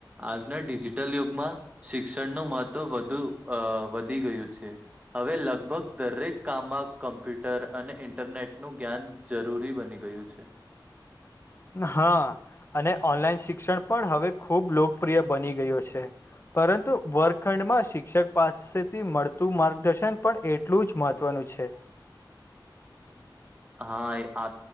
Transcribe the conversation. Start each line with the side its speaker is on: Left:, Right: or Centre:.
Right: આજના ડિજિટલ યુગમાં શિક્ષણનું મહત્વ વધુ અ વધી ગયું છે, હવે લ ભગ દરેક કામમાં કમ્પ્યુટર અને ઇન્ટરનેટનું જ્ઞાન જરૂરી બની ગયું છે.
Left: હા અને ઓનલાઈન શિક્ષણ પણ હવે ખુબ લોકપ્રિય બની ગયો છે. પરંતુ વર્ગખંડમાં શિક્ષક પાસેથી મળતું માર્ગદર્શન પણ એ એટલું જ મહત્વનું છે.
Right: હા એ આ